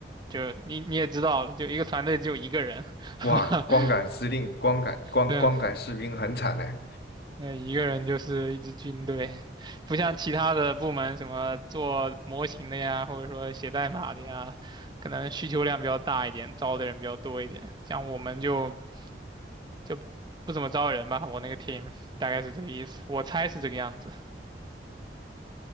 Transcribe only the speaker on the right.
就你你也知道了，就一个团队只有一个人。<laughs>
对，那一个人就是一支军队，<laughs> 不像其他的部门什么做模型的呀，或者说写代码的呀，可能需求量比较大一点，招的人比较多一点。像我们就就不怎么招人吧，我那个 team 大概是这个意思，我猜是这个样子，